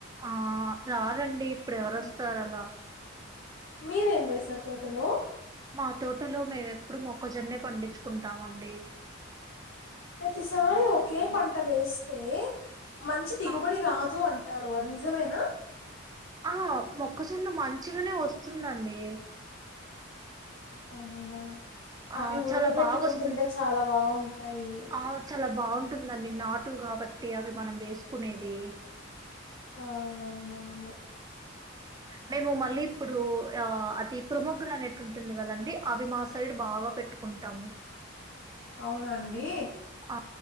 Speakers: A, on the right; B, on the left.
A: ఆ రారండి ఇప్పుడు ఎవరొస్తారు
B: ఉమ్.
A: అలా
B: మీరేం వేసారు తోటలో
A: మా తోటలో మేము ఎప్పుడు మొక్కజొన్నే పండించుకుంట టామండి
B: ప్రతిసారి ఒకే పంట వేస్తే మంచి దిగుబడి
A: ఆ
B: రాదు అంట టారు అది నిజమేనా
A: ఆ మొక్కజొన్న మంచిగనే వస్తుందండి
B: అవునా
A: ఆ
B: అవి ఉడకబెట్టుకొని
A: చాలా బాగా వస్తుంది
B: తింటే చాలా బాగుం టాయి
A: ఆ చాలా బాగుంటుందండి నాటు కాబట్టి అవి మనం వేసుకునేది
B: ఆ అవు నవును
A: మేము మల్ ళీ ఇప్పుడు ఆ అతి ప్రోమోగ్రానెట్ ఉంటుంది కదండి అవి మా సైడ్ బాగా పెట్టుకుంటాం
B: అవు నాండి
A: ఆ